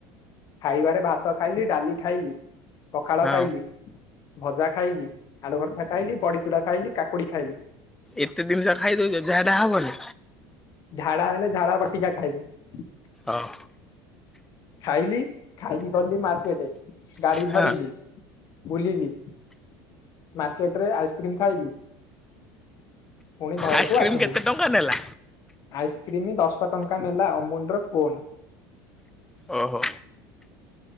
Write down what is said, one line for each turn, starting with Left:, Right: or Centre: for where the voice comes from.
Left: ଖାଇବାରେ ଭାତ ଖାଇଲି, ଡାଲି ଖାଇଲି। ପଖାଳ
Centre: ହଁ
Left: ଖାଇଲି, ଭଜା ଖାଇଲି, ଆଳୁ ଭରତା ଖାଇଲି, ବଡିଚୁଡ଼ା ଖାଇଲି, କାକୁଡ଼ି ଖାଇଲି।
Centre: ଏତେ ଜିନିଷ ଖାଇଦୋଉଚ ଝାଡା ହବନି।
Left: ଝାଡା ହେଲେ ଝାଡା ବଟିକା ଖାଇବି।
Centre: ଅହ।
Left: ଖାଇଲି ଖାଇକି ଗଲି ମାର୍କେଟ ଗାଡି ଧରିଲି।
Centre: ହଁ
Left: ବୁଲିଲି। ମାର୍କେଟ ରେ ଆଇସ୍କ୍ରିମ ଖାଇବି। ଫୁଣି ଘରକୁ
Centre: ଆଇସ୍କ୍ରିମ
Left: ଆସିଲି।
Centre: କେତେ ଟଙ୍କା ନେଲା
Left: ଆଇସ୍କ୍ରିମ ଦଶ ଟଙ୍କା ନେଲା। ଅମୁଲ ର କୋନ।
Centre: ଓହୋ।